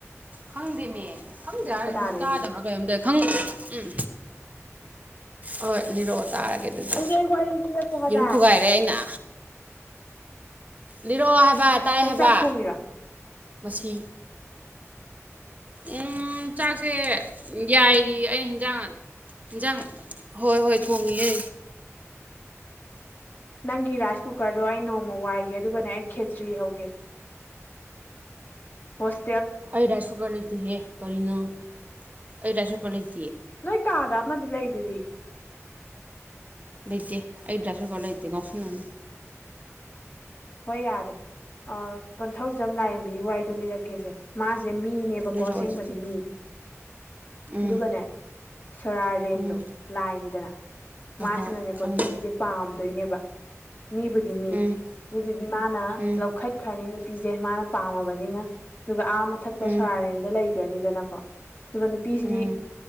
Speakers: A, on the right; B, on the left.
A: ꯈꯪꯗꯦꯅꯦ ꯈꯪꯗꯦ ꯍꯥꯏꯔꯗꯤ
B: ꯇꯥꯔꯦ
A: ꯃꯤꯁꯨ ꯇꯥꯗꯕ꯭ꯔꯥ
B: ꯑꯗꯨꯗꯤ
A: ꯀꯔꯤꯝꯇ ꯈꯪꯗ ꯎꯝ ꯍꯣꯏ ꯂꯤꯔꯛꯑꯣ ꯇꯥꯔꯒꯦ ꯑꯗꯨꯗꯤ
B: ꯑꯩ ꯋꯥꯔꯤ ꯂꯤꯔꯛꯀꯦ ꯍꯥꯏꯕ
A: ꯌꯦꯝ ꯊꯨꯒꯥꯏꯔꯦ ꯑꯩꯅ ꯂꯤꯔꯛꯑꯣ ꯍꯥꯏꯕ ꯇꯥꯏ
B: ꯅꯪ
A: ꯍꯥꯏꯕ
B: ꯆꯥꯛ ꯊꯣꯡꯉꯤꯔꯣ
A: ꯃꯁꯤ ꯎꯝ ꯆꯥꯛꯁꯦ ꯌꯥꯏꯔꯤ ꯑꯩ ꯏꯟꯖꯥꯡꯅꯤ ꯏꯟꯖꯥꯡ ꯍꯣꯏ ꯍꯣꯏ ꯊꯣꯡꯉꯤꯑ
B: ꯅꯪꯒꯤ ꯔꯥꯏꯁ ꯀꯨꯀꯔꯗꯣ ꯑꯩ ꯅꯣꯡꯃ ꯋꯥꯏꯒꯦ ꯑꯗꯨꯒꯅꯦ ꯑꯩ ꯈꯦꯇ꯭ꯔꯤ ꯍꯧꯒꯦ ꯍꯣꯁ
A: ꯑꯩ ꯔꯁꯨ ꯀ ꯂꯩꯇ ꯍꯦꯛ ꯀꯅꯣ ꯑꯩꯔꯁꯨ ꯀ ꯂꯩꯇ
B: ꯅꯣꯏ ꯀꯥꯗ ꯑꯃꯗꯤ ꯂꯩꯗꯨꯗꯤ
A: ꯂꯩꯇꯦ ꯑꯩꯗ꯭ꯔꯦꯁꯔ ꯀꯔ ꯂꯩꯇꯦ ꯀꯥꯎꯁꯤꯜꯂꯅꯤ
B: ꯍꯣꯏ ꯌꯥꯔꯦ ꯀꯟꯊꯧꯖꯝ ꯂꯥꯏꯌꯦꯡꯕꯤꯒꯤ ꯋꯥꯔꯤꯗꯣ ꯂꯤꯔꯛꯀꯦꯁꯦ ꯃꯥꯁꯦ ꯁꯦ ꯃꯤꯅꯦꯕꯀꯣ
A: ꯂꯤꯔꯛꯑꯣ
B: ꯑꯁꯦꯡꯕꯗꯤ
A: ꯑꯗꯨꯗꯤ
B: ꯃꯤ
A: ꯎꯝ
B: ꯑꯗꯨꯒꯅꯦ ꯁꯔꯥꯔꯦꯟꯗꯣ
A: ꯎꯝ
B: ꯂꯥꯏꯅꯤꯗꯅ
A: ꯍꯣꯏ
B: ꯃꯥꯁꯤꯅꯅꯦꯀꯣ
A: ꯍꯣꯏ ꯈꯪꯉꯦ
B: ꯅꯨꯄꯤꯁꯦ ꯄꯥꯝ ꯅꯦꯕ ꯃꯤꯕꯨꯗꯤ ꯃꯤ
A: ꯎꯝ
B: ꯑꯗꯨꯒꯤ ꯃꯥꯅ
A: ꯎꯝ
B: ꯂꯧꯈꯠꯈ꯭ꯔꯅꯤ ꯅꯨꯄꯤꯁꯦ ꯦ ꯃꯥꯅ ꯄꯥꯝꯃꯕꯅꯤꯅ ꯑꯗꯨꯒ ꯑꯥ ꯃꯊꯛꯇ
A: ꯎꯝ
B: ꯁꯣꯔꯥꯔꯦꯟꯗ ꯂꯩꯈ꯭ꯔꯅꯤꯗꯅꯀꯣ ꯑꯗꯨꯒ ꯅꯨꯄꯤꯁꯤꯗꯤ
A: ꯎꯝ